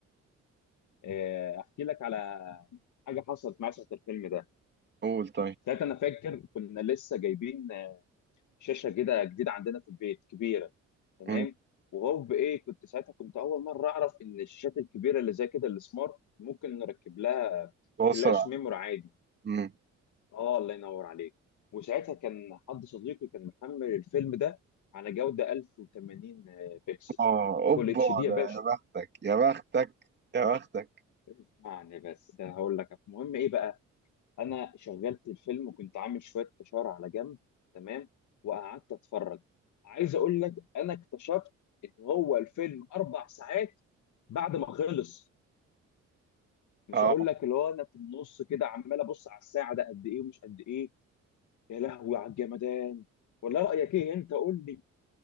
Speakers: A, on the left; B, on the right.
A: آه، احكي لك على حاجه حصلت معايا ساعه الفيلم ده
B: قول طيب
A: ساعتها انا فاكر كنا لسه جايبين شاشه كده جديده عندنا في البيت كبيره تمام
B: مم.
A: وهو بايه كنت ساعتها كنت اول مره اعرف ان الشاشات الكبيره اللي زي كده السمارت ممكن نركب لها
B: توصل
A: فلاش
B: على-
A: ميموري عادي
B: مم.
A: اه الله ينور عليك وساعتها كان حد صديقي كان محمل الفيلم ده على جوده 1080 بكسل
B: اه اوبا
A: فول اتش دي يا
B: ده
A: باشا
B: يا بختك يا بختك يا بختك
A: اسمعني بس ده هقول لك المهم ايه بقى انا شغلت الفيلم وكنت عامل شويه فشار على جنب تمام وقعدت اتفرج عايز اقول لك انا اكتشفت ان هو الفيلم اربع ساعات بعد ما خلص مش
B: اه
A: هقول لك اللي هو انا في النص كده عمال ابص على الساعه ده قد ايه ومش قد ايه يا لهوي على الجمدان ولا رايك ايه انت قول لي